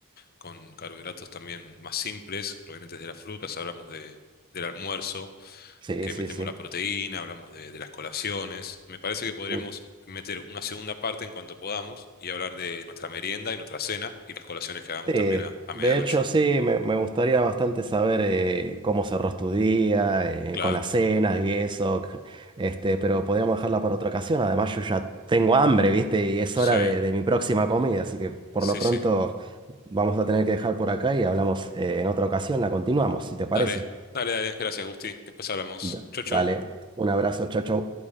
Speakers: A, on the left; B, on the right.
A: con carbohidratos también más simples, provenientes de las frutas, hablamos de, del almuerzo.
B: Sí,
A: que
B: sí,
A: metemos
B: sí.
A: la proteína, hablamos de, de las colaciones. Me parece que podríamos
B: Mm.
A: meter una segunda parte en cuanto podamos y hablar de nuestra merienda y nuestra cena y las colaciones que hagamos
B: Sí,
A: también a, a medianoche.
B: de hecho sí, me, me gustaría bastante saber eh, cómo cerró tu día, eh,
A: Claro,
B: con las cenas y eso, c- este, pero podríamos dejarla para otra ocasión. Además yo ya tengo hambre, ¿viste? Y es
A: sí,
B: hora de, de mi próxima comida, así que por
A: sí,
B: lo pronto
A: sí.
B: vamos a tener que dejar por acá y hablamos eh, en otra ocasión, la continuamos, si te parece.
A: Dale, dale, dale. Gracias, Gusti. Después hablamos.
B: Da-
A: Chau, chau.
B: dale, un abrazo, chau, chau.